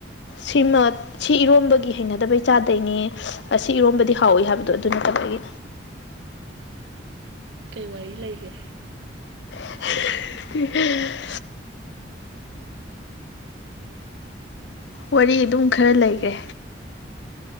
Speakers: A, on the left (about 65°); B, on the right (about 65°).
A: ꯁꯤꯃ ꯁꯤ ꯏꯔꯣꯝꯕꯒꯤ ꯍꯩꯅꯗꯕꯩ ꯆꯥꯗꯩꯅꯦ ꯑꯁꯤ ꯏꯔꯣꯝꯕꯗꯤ ꯍꯥꯎꯏ ꯍꯥꯏꯕꯗꯣ ꯑꯗꯨ ꯅꯠꯇꯕꯒꯤ
B: ꯀꯩ ꯋꯥꯔꯤ ꯂꯩꯒꯦ
A: <unintelligible> ꯋꯥꯔꯤ ꯑꯗꯨꯝ ꯈꯔ ꯂꯩꯒꯦ